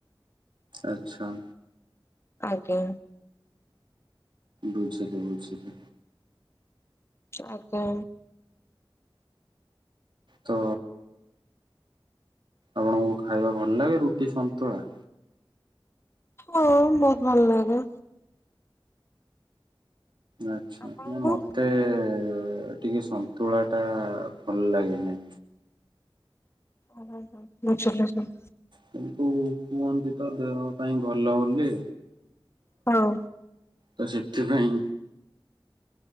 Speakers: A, on the right; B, on the left.
A: ଆଚ୍ଛା।
B: ଆଜ୍ଞା
A: ବୁଝିଲି ବୁଝିଲି।
B: ଆଜ୍ଞା।
A: ତ ଆପଣଙ୍କୁ ଖାଇବା ଭଲ ଲାଗେ ରୁଟି ସନ୍ତୁଳା
B: ହଁ ବହୁତ୍ ଭଲ ଲାଗେ।
A: ଆଚ୍ଛା
B: ଆପଣଙ୍କୁ?
A: ନା ମତେ ଏ ଟିକେ ସନ୍ତୁଳା ଟା ଭଲ ଲାଗେନି।
B: ଓହ ବୁଝିଲି ବୁଝିଲି
A: କିନ୍ତୁ କୁହନ୍ତି ତ ଦେହ ପାଇଁ ଭଲ ବୋଲି।
B: ହଁ
A: ତ ସେଥିପାଇଁ